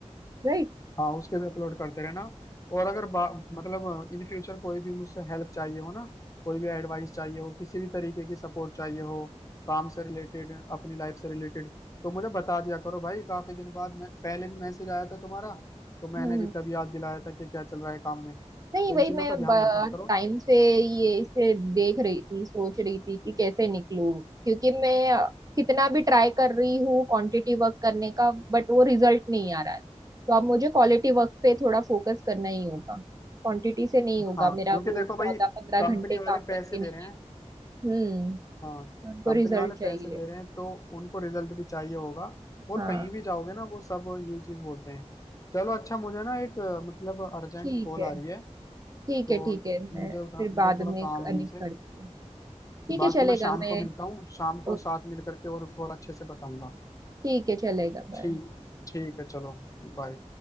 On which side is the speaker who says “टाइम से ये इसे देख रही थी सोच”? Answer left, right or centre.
Right